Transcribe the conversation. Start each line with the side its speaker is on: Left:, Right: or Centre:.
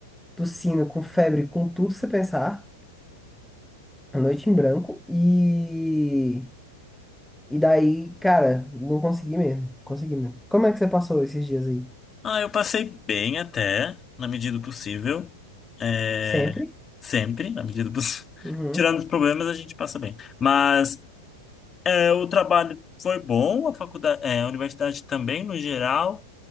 Centre: tossindo com febre, com tudo que você pensar, a noite em branco e e daí, cara, não consegui mesmo, consegui mesmo. Como é que você passou esses dias aí?
Left: Ah, eu passei bem até, na medida do possível. É,
Centre: Sempre?
Left: sempre, na medida do possível.
Centre: Uhum,
Left: <laughs> Tirando os problemas, a gente passa bem. Mas é, o trabalho foi bom, a faculdade, é, a universidade também, no geral.